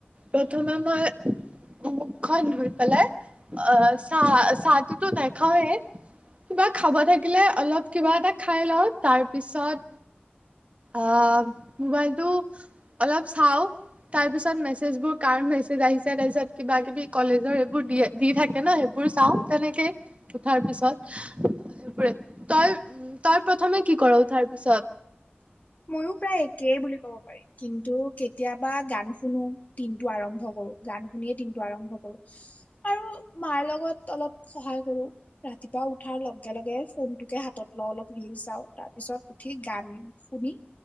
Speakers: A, on the right; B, on the left.
A: প্ৰথমে মই মুখখন ধুই পেলাই অ', চা চাহতোটো নাখাওঁৱে। কিবা খাব থাকিলে অলপ কিবা এটা খাই লওঁ। তাৰপিছত অ', মোবাইলটো অলপ চাওঁ। তাৰ পিছত মে মেচেজবোৰ কাৰ মেছেজ আহিছে। তাৰ পিছত কিবা-কিবি কলেজৰ এইবোৰ দিয়ে দি থাকে ন সেইবোৰ চাওঁ। তেনেকেই উঠাৰ পিছত। তই তই প্ৰথমে কি কৰ উঠাৰ পিছত?
B: ময়ো প্ৰায় একেই বুলি ক'ব পাৰিম। কিন্তু কেতিয়াবা গান শুনো, দিনটো আৰম্ভ কৰোঁ। গান শুনিয়ে দিনটো আৰম্ভ কৰোঁ। আৰু মাৰ লগত অলপ সহায় কৰো। ৰাতিপুৱা উঠাৰ লগে লগে ফোনটোকে হাতত লওঁ। অলপ ৰীলচ চাওঁ। তাৰপিছত উঠি গান শুনি